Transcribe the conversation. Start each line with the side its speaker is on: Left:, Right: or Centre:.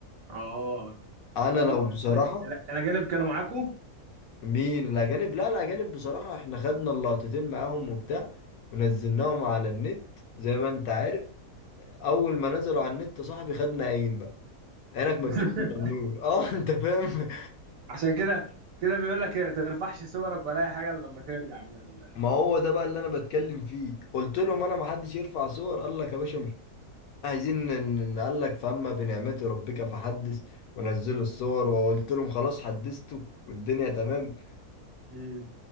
Right: اه
Left: انا
Right: طبعا
Left: لو
Right: الأجانب
Left: بصراحة
Right: الأجانب كانوا معاكوا
Left: مين الأجانب؟ لا الأجانب بصراحة احنا خدنا اللقطتين معاهم وبتاع ونزلناهم على النت زي ما انت عارف أول ما نزلوا على النت يا صاحبي خدنا عين بقى عينك ما
Right: <laughs>
Left: تشوف إلا النور اه <laughs> انت فاهم
Right: عشان كده كده بيقول لك ما ترفعش صورك ولا اي حاجه إلا لما ترجع من ال
Left: <laughs> ما هو ده بقى اللي انا بتكلم فيه قلت لهم انا ما حدش يرفع صور قال لك يا باشا مش عايزين ن- ن- قال لك فاما بنعمة ربك فحدث ونزلوا الصور وقلت لهم خلاص حدثتوا والدنيا تمام
Right: مم.